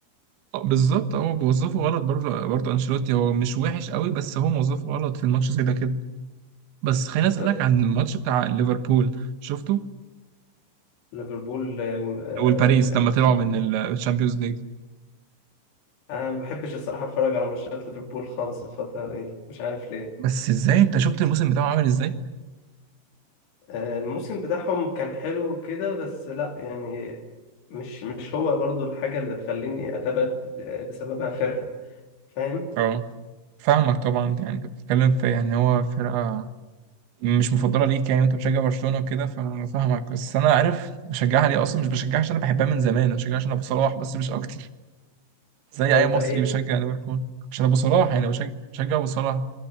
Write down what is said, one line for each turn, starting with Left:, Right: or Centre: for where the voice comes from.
Right: آه، بالظبط هو بيوظفه غلط برضه برضه انشيلوتي هو مش وحش قوي بس هو موظفه غلط في الماتش زي ده كده بس خليني اسألك
Left: آه،
Right: عن الماتش بتاع ليفربول شفته
Left: ليفربول آه، و- آه،
Right: والباريس لما طلعوا من الشامبيونز ليج
Left: انا ما بحبش الصراحه اتفرج على ماتشات ليفربول خالص الفتره دي مش عارف ليه
Right: بس ازاي انت شفت الموسم بتاعه عامل ازاي؟
Left: آه، الموسم بتاعهم كان حلو كده بس لا يعني مش مش هو برضو الحاجه اللي تخليني اتابع آه، بسببها فرقه فاهم
Right: اه فاهمك طبعا يعني انت بتتكلم في يعني هو فرقة مش مفضله ليك يعني وانت بتشجع برشلونه وكده فاهمك بس انا عارف بشجعها ليه اصلا مش بشجعها عشان انا بحبها من زمان انا بشجعها عشان ابو صلاح بس مش اكتر زي
Left: طب انت
Right: اي مصري
Left: ايه
Right: بيشجع ليفربول عشان ابو صلاح
Left: <laughs>
Right: يعني بشجع بشجع ابو صلاح